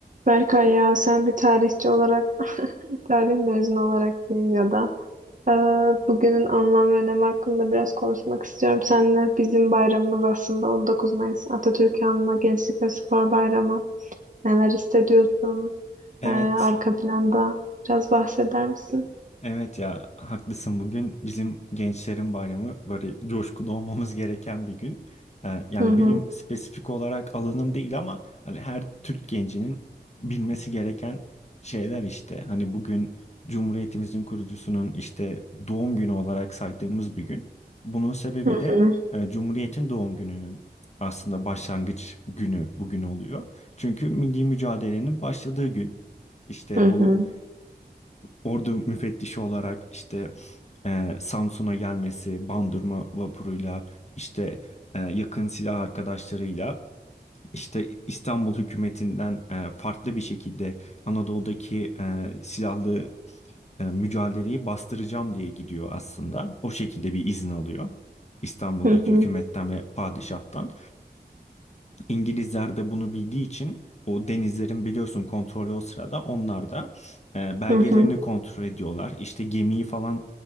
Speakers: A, on the right; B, on the left.
A: Berkay ya sen bir tarihçi olarak, <laughs> tarih mezunu olarak diyeyim ya da eee, bugünün anlam ve önemi hakkında biraz konuşmak istiyorum seninle. Bizim bayramımız aslında 19 Mayıs Atatürk'ü anma Gençlik ve Spor Bayramı. Neler hissediyorsun
B: Evet,
A: Eee, arka planda? Biraz bahseder misin?
B: evet ya haklısın. Bugün bizim gençlerin bayramı böyle coşkulu olmamız gereken bir gün. Ee, yani
A: Hı hı.
B: benim spesifik olarak alanım değil ama hani her Türk gencinin bilmesi gereken şeyler işte. Hani bugün Cumhuriyetimizin kurucusunun işte doğum günü olarak saydığımız bir gün. Bunun sebebi
A: Hı hı.
B: de e, Cumhuriyet'in doğum gününün aslında başlangıç günü bugün oluyor. Çünkü milli mücadelenin başladığı gün. İşte
A: Hı
B: bu
A: hı.
B: ordu müfettişi olarak işte e, Samsun'a gelmesi, Bandırma vapuruyla işte e, yakın silah arkadaşlarıyla işte İstanbul hükümetinden e, farklı bir şekilde Anadolu'daki e, silahlı e, mücadeleyi bastıracağım diye gidiyor aslında. O şekilde bir izin alıyor. İstanbul'daki
A: Hı hı.
B: hükümetten ve padişahtan. İngilizler de bunu bildiği için o denizlerin biliyorsun kontrolü o sırada onlar da e, belgelerini
A: Hı hı.
B: kontrol ediyorlar. İşte gemiyi falan